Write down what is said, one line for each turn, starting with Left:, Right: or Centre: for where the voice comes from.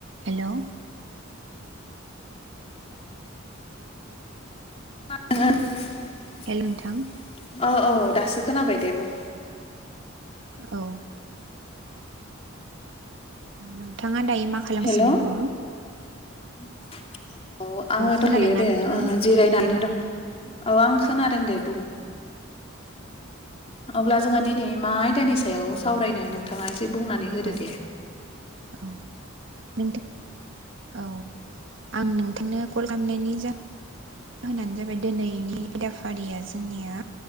Right: हेलौ
Left: <unintelligible>
Right: हेल नोंथां
Left: अ औ दासो खोनाबाय दे बुं
Right: औ नोंथाङा दायो मा खालामसिनो
Left: हेल'
Right: दङ
Left: <inaudible> औ आङो
Right: खोनादोंना
Left: दंहैयो दे
Right: नोंथां
Left: जिरायनानैनो दं औ आं खोनादों दे बुं अब्ला जोङो दिनै मा आयदानि सायाव सावरायनो नोंथाङा एसे बुंनानै होदो
Right: औ
Left: दे
Right: औ नोंथां औ आं नोंथांनो कल खालामनायनि जा होनानो जाबाय दिनैनि आयदाफारिया जोंनिया